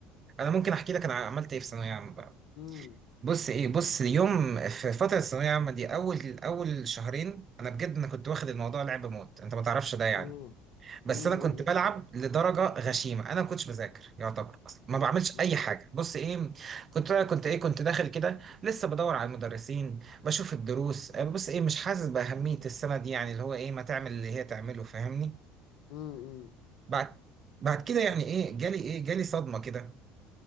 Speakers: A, on the right; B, on the left.
A: انا ممكن احكي لك انا عملت ايه في ثانويه عامه بقى.
B: امم
A: بص ايه بص اليوم في فتره الثانويه العامه دي اول اول شهرين انا بجد انا كنت واخد الموضوع لعب موت انت ما تعرفش ده يعني
B: امم
A: بس
B: امم
A: انا كنت بلعب لدرجه غشيمه انا ما كنتش بذاكر يعتبر اصلا ما بعملش
B: امم
A: اي حاجه بص ايه كنت كنت ايه كنت داخل كده لسه بدور على المدرسين بشوف الدروس آه، بص ايه مش حاسس باهميه السنه دي يعني اللي هو ايه ما تعمل اللي هي تعمله فاهمني
B: امم
A: بعد بعد كده يعني ايه جالي ايه جالي صدمه كده